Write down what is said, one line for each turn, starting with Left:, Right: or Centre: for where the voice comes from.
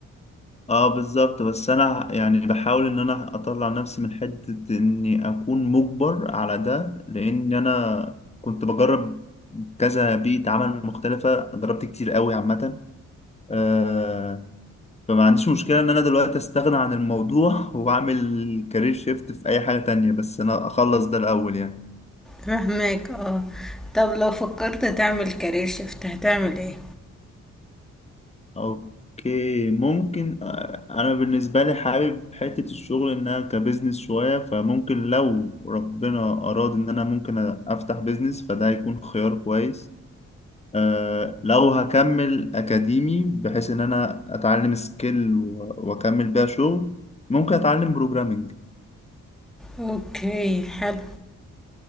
Left: اه بالظبط بس انا يعني بحاول ان انا اطلع نفسي من حتة اني اكون مجبر على ده لان انا كنت بجرب كذا بيئة عمل مختلفة جربت كتير قوي عامة آه فما عنديش مشكلة ان انا دلوقتي استغنى عن الموضوع <laughs> واعمل كارير شيفت في اي حاجة تانية بس انا اخلص ده الاول يعني
Centre: فاهماك اه طب لو فكرت تعمل كارير شيفت هتعمل ايه؟
Left: اوكي ممكن آه، انا بالنسبه لي حابب حته الشغل انها كبزنس شويه فممكن لو ربنا اراد ان انا ممكن افتح بزنس فده هيكون خيار كويس أه لو هكمل اكاديمي بحيث ان انا اتعلم سكيل و- واكمل بيها شغل ممكن اتعلم بروجرامنج
Centre: اوكي حلو